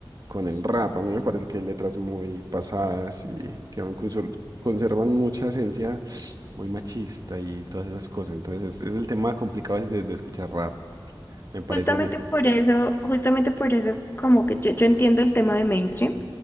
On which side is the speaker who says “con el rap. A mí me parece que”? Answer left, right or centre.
Right